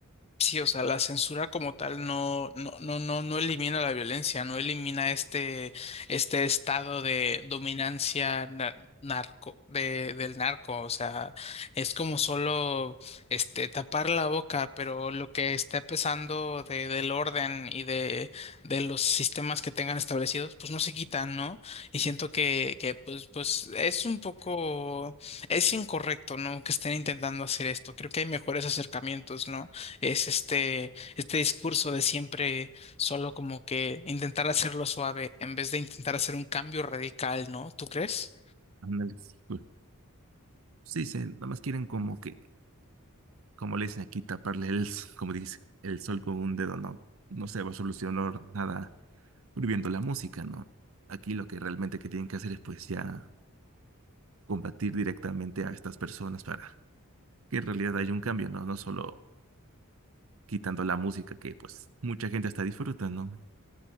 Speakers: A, on the left; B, on the right.
A: Sí, o sea, la censura como tal no, no, no, no, no elimina la violencia, no elimina este, este estado de dominancia na- narco, de, del narco. O sea, es como solo este tapar la boca, pero lo que está pesando de, del orden y de, de los sistemas que tengan establecidos, pues no se quitan, ¿no? Y siento que, que pues, pues es un poco, es incorrecto, ¿no? Que estén intentando hacer esto. Creo que hay mejores acercamientos, ¿no? es este, este discurso de siempre solo como que intentar hacerlo suave en vez de intentar hacer un cambio radical, ¿no? ¿Tú crees?
B: Ándale, sí, güey. Sí, dicen, nada más quieren como que, como le dicen aquí, taparle el, s- como dice, el sol con un dedo, no, no se va a solucionar nada prohibiendo la música, ¿no? Aquí lo que realmente que tienen que hacer es pues ya combatir directamente a estas personas para que en realidad haya un cambio, ¿no? No solo quitando la música que pues mucha gente hasta disfruta, ¿no?